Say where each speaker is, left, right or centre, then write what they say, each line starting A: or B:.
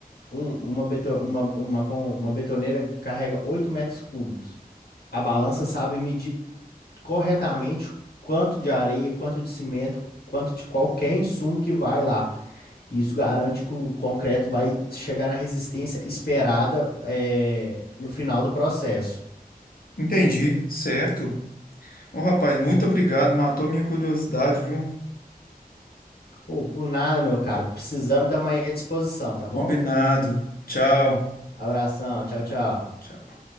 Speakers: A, on the left (about 80°); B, on the left (about 65°).
A: um- uma, beto- uma, uma, com- uma betoneira carrega 8 metros cúbicos, a balança sabe medir corretamente quanto de areia, quanto de cimento, quanto de qualquer insumo que vai lá. Isso garante que o concreto vai chegar na resistência esperada, é, no final do processo.
B: Entendi, certo. Ô, rapaz, muito obrigado. Matou minha curiosidade, viu?
A: Ô, por nada, meu caro. Precisando, também à disposição, tá
B: Combinado.
A: bom?
B: Tchau.
A: Abração, tchau, tchau.
B: Tchau.